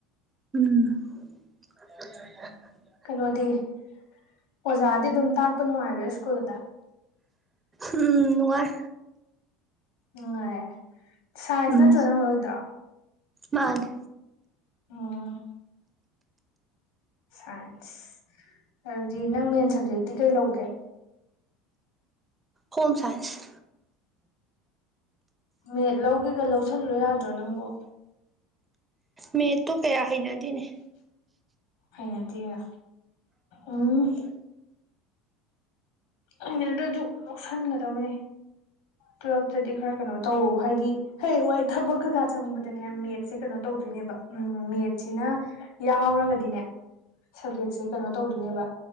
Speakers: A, on the right; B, on the left.
A: ꯎꯝ
B: ꯀꯩꯅꯣꯗꯤ ꯑꯣꯖꯥꯗꯤ ꯑꯗꯨꯝ ꯇꯥꯛꯄ ꯅꯨꯡꯉꯥꯏꯕꯥ ꯁ꯭ꯀꯨꯜꯗ
A: ꯎꯝ ꯅꯉꯥꯏ
B: ꯅꯨꯡꯉꯥꯏꯌꯦ ꯁꯥꯏꯟꯁ
A: ꯎꯝ
B: ꯅꯠꯇ꯭ꯔꯣ ꯅꯪ ꯂꯧꯗ꯭ꯔ
A: ꯃꯥꯅꯦ
B: ꯑꯣ ꯁꯥꯏꯟꯁ ꯑꯗꯨꯗꯤ ꯅꯪ ꯃꯦꯟ ꯁꯕꯖꯦꯛꯇꯤ ꯀꯩ ꯂꯧꯒꯦ
A: ꯍꯣꯝ ꯁꯥꯏꯟꯁ
B: ꯃꯦꯠ ꯂꯧꯒꯦꯒ ꯂꯧꯁꯜꯂꯣ ꯌꯥꯗ꯭ꯔꯣ ꯅꯪꯕꯣ
A: ꯃꯦꯠꯇꯣ ꯀꯌꯥ ꯍꯩꯅꯥꯗꯤꯅꯦ
B: ꯍꯥꯏꯅꯗꯤꯔ ꯎꯝ ꯑꯩꯅ ꯑꯗꯨꯖꯨ ꯂꯧꯁꯟꯒꯗꯕꯅꯦ ꯇꯨꯋꯦꯜꯐꯇꯗꯤ ꯈꯔ ꯀꯩꯅꯣ ꯇꯧ ꯍꯥꯏꯗꯤ ꯍꯌꯦꯡꯋꯥꯏ ꯊꯕꯛ ꯀꯩꯀꯥ ꯆꯪꯕꯗꯅꯅꯦ ꯃꯦꯠ ꯁꯦ ꯀꯩꯅꯣ ꯇꯧꯗꯣꯏꯅꯦꯕ ꯎꯝ ꯃꯦꯠꯁꯤꯅ ꯌꯥꯎꯔꯒꯗꯤꯅꯦ ꯁꯕꯖꯦꯛꯁꯦ ꯀꯩꯅꯣ ꯇꯧꯗꯣꯏꯅꯦꯕ